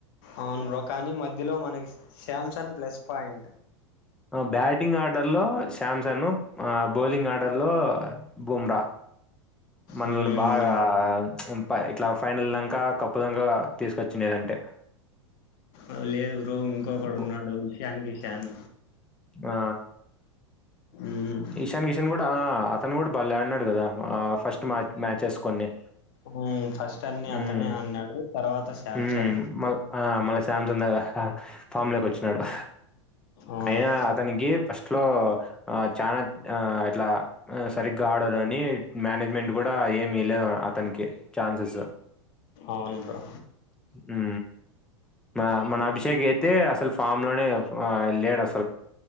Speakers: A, on the left; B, in the centre.
A: అవును బ్రో కానీ మధ్యలో మనకి శమ్సన్ ప్లస్ పాయింట్
B: బ్యాటింగ్ ఆర్డర్లో శామ్సన్ ఆ బౌలింగ్ ఆర్డర్లో బుమ్రా మనల్ని
A: ఉమ్
B: బాగా
A: అవును బ్రో
B: ప్చ్ పై ఇట్లా ఫైనల్ దాంక కప్పుదంక తీసుకొచ్చిండేదంటే
A: అ లేదు బ్రో ఇంకొకడు
B: బు
A: ఉన్నాడు ఇషాన్ కిషాన్
B: ఆ
A: ఉమ్
B: ఇశాన్ కిషాన్ గూడా ఆ తను కూడా బల్లె ఆడినాడ్ కదా ఆ ఫస్ట్ మ్యాచ్ మ్యాచెస్ కొన్ని
A: హ్మ ఫస్ట్ అన్ని
B: హ్మ్
A: అతనే అన్నాడు తర్వాత శమ్సన్
B: హ్మ్. మళ్ ఆ మళ శమ్సన్ హా ఫామ్లేకోచ్చినాడు
A: అవును
B: అయినా అతనికి ఫస్ట్ లో ఆ చానా ఆ ఇట్లా సరిగ్గా ఆడదని మేనేజ్మెంట్ గూడా ఏమిలేదు అతనికి ఛాన్సెస్
A: అవును బ్రో
B: హ్మ మ మన అభిషేక్ ఎంద్ దే అసలు ఫామ్ లోనే ఆ లేడ్ అస్